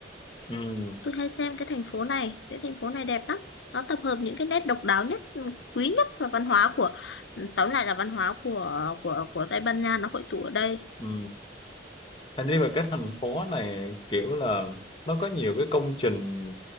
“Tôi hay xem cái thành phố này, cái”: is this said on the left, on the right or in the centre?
Left